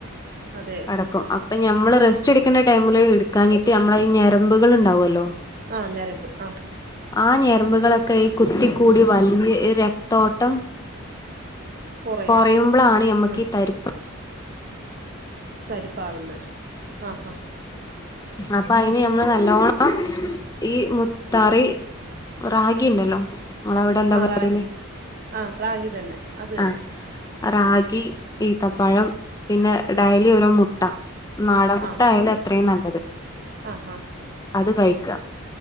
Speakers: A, on the right; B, on the left.
A: അതെ
B: അടക്കും അപ്പൊ ഞമ്മള് റസ്റ്റ്ട്ക്കണ്ട ടൈമില് ഇട്ക്കാഞ്ഞിട്ട് നമ്മള ഈ ഞരമ്പുകള്ണ്ടാവല്ലോ
A: ആ ഞരമ്പ് ആഹ്
B: ആ ഞരമ്പുകളൊക്കെ ഈ കുത്തിക്കൂടി വലിഞ്ഞ് ഈ രക്തോട്ടം
A: കുറയും
B: കൊറയുമ്പളാണ് ഞമ്മക്ക്
A: ഉം
B: ഈ തരിപ്പ്
A: തരിപ്പാവുന്നെ ആഹ് ഹാ
B: അപ്പയ്ന് ഞമ്മള് നല്ലോണ്ണം ഈ മുത്താറി റാഗി ണ്ടല്ലോ ങ്ങളവിടെ എന്താ
A: ആഹ്
B: പറ്യല്
A: റാഗി ആഹ് റാഗി തന്നെ അത് തന്നെ
B: ആഹ് റാഗി ഈത്തപ്പഴം പിന്നെ ഡയിലി ഓരോ മുട്ട നാടൻമുട്ടായാലത്രയും
A: ആഹ്
B: നല്ലത്
A: ആഹ് ഹാ
B: അത് കഴിക്കാ